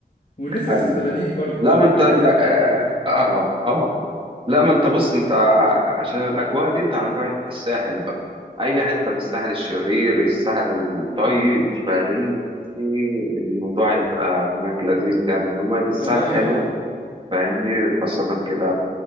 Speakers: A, on the left; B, on the right.
A: والناس الاسكندرانيين
B: ايوه
A: برضه
B: لا
A: فاهم
B: ما
A: انا
B: انت اه
A: عايز اروح هناك وكده
B: اه آه. لا ما انت بص انت ع- عشان الاجواء دي انت هتروح الساحل بقى اي حته بالساحل الشرير الساحل الطيب فاهمني الموضوع هيبقى هناك لذيذ يعني إن ميه الساحل
A: كميه
B: حلوه
A: يعني
B: فاهمني خاصه كده